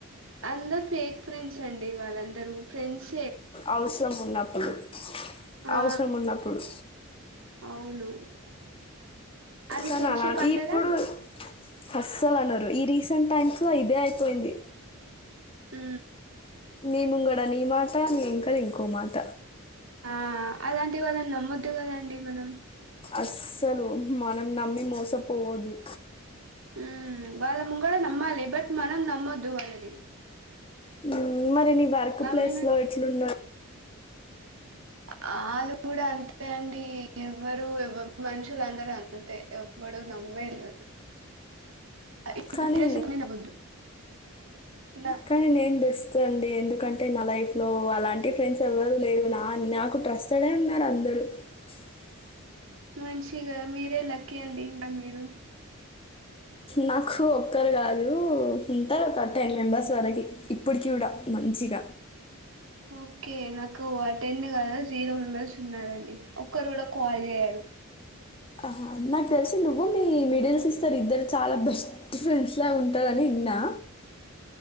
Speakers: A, on the right; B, on the left.
A: అందరు ఫేక్ ఫ్రెండ్స్ అండి వాళ్ళందరు ఫ్రెండ్స్
B: అవసరం ఉన్నప్పుడు
A: ఆ
B: అవసరం ఉన్నప్పుడు
A: అవును అది
B: కానీ
A: ఫ్రెండ్షిప్
B: అలాగ
A: అంటారా
B: ఇప్పుడు అస్సలు అన్నారురు ఈ రీసెంట్ టైమ్స్ లో ఇదే అయిపోయింది
A: ఉ
B: నీముంగడ నీ మాట నీ ఇంకాడ ఇంకో మాట
A: ఆ అలాంటి వాళ్ళని నమ్మొద్దు గదండి మనం
B: అస్సలు మనం నమ్మి మోసపోవద్దు
A: ఊమ్మ్ వాళ్ళ ముంగూడ నమ్మాలి బట్ మనం నమ్మొద్దు వాళ్ళని
B: ఉమ్, మరి నీ వర్క్
A: నమ్మిన
B: ప్లేస్ లొఎట్లున్నార్
A: అ--ఆళ్ళు గూడ అంతె అండి య ఎవ్వరు ఎవ్ ఎవ్ మనుషులు అందరు అంతె యెవ్వడు నమ్మే ల్రు ఆ
B: కానీ
A: ఇప్ ఏసిప్రబు నమ్మొద్దు <inaudible> నా-
B: కాని నేన్ బెస్ట్ అంతె అండి ఎందుకంటె న లైఫ్ లో అలాంటి ఫ్రెండ్స్ ఎవ్వరు లేరు నా నాకు ట్రస్టడె ఉన్నారు అందరు ఎప్ డు
A: మంచిగ మీరె లక్కి అండి ఇంక మీరు
B: నాఖ ఒక్కరు గాదూ ఉంటర్ అ టెన్ మెంబెర్స్ వరకి ఇప్పటికి కూడా మన మంచిగ
A: ఓకె నాకు అటెన్ కద జీరొ మెంబర్స్ ఉన్నారండి ఒక్కరు గూడ కాల్ హర్యా
B: ఆహ నాక్ తెల్ సి నువ్వు మీ మిడిల్ సిస్టరు ఇద్దరు చాల భెస్ట్ ఫ్రెండ్స్ ల ఉంటారని తిన్నా